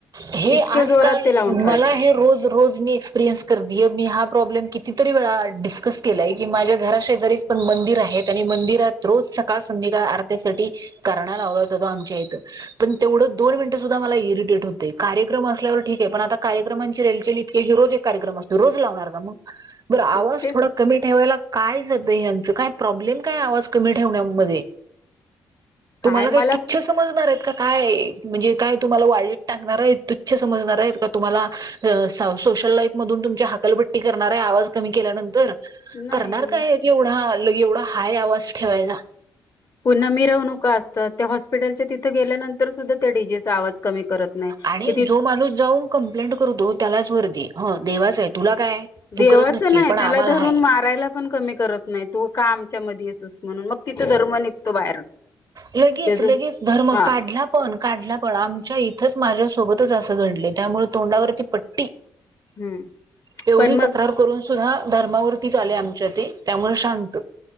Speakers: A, on the right; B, on the left.
A: हे
B: इतक्या
A: आजकाल
B: जोरात ते लावून ठेवायचं
A: मला हे रोज रोज मी एक्सपिरियन्स करतीये मी हा प्रॉब्लेम कित किती तरी वेळा डिस्कस केलाय की माझ्या घरा शेजारी पण मंदिर आहे आणि मंदिरात रोज सकाळ संध्या एका अर्थी साठी कारण <unintelligible> लावलं आमच्या इथ पण तेवढ दोन मिनट सुद्धा मला इरिटेट होत. ते कार्यक्रम असल्यावर ठीक आहे पण आता कार्यक्रमांची रेलचेल इतके ही रोज एक कार्यक्रम असतो रोज लावणार का मग? बर! आवाज
B: मग तेच
A: थोड कमी ठेवायला काय जात ह्याचं काय प्रॉब्लेम काय आवाज कमी ठेव मध्ये
B: काय
A: तुम्हाला
B: मला
A: काही तुच्छ समजतात? काय? म्हणजे काय तुम्हाला वा टाकणार आहेत तुच्छ समजणार आहेत का तुम्हाला सा सोशल लाईफ मधून तुमची हाकलपट्टी करणार आ आवाज कमी केल्यानंतर.
B: नाही
A: करणार काय एवढा लगे एवढा हाय आवाज ठेवायला.
B: पुन्हा मिरवणुका असतात त्या हॉस्पिटलच्या तिथे गेल्यानंतर सुद्धा त्या डीजेचा आवाज कमी करत नाही
A: आणि
B: किती
A: जो माणूस जाऊन कंप्लेंट करतो त्यालाच वर्दी देवाच आहे तुला. काय तू
B: देवाच
A: करत नसशील
B: नाही
A: पण आम्हाला
B: त्याला धरून
A: हाय
B: मारायला पण कमी करत नाही तू काम त्याच्या मध्ये येतो म्हणून मग तिथे धर्म निघतो बाहेर.
A: लगेच
B: त्याच
A: लगेच धर्म
B: हा
A: काढला पण. काढला पण आमच्या इथंच माझ्यासोबतच असं घडले त्यामुळे तोंडावरती पट्टी.
B: हम्म
A: एवढी
B: पण मग
A: तक्रार करून सुद्धा धर्मावरतीच आले आमच्या ते त्यामुळे शांत.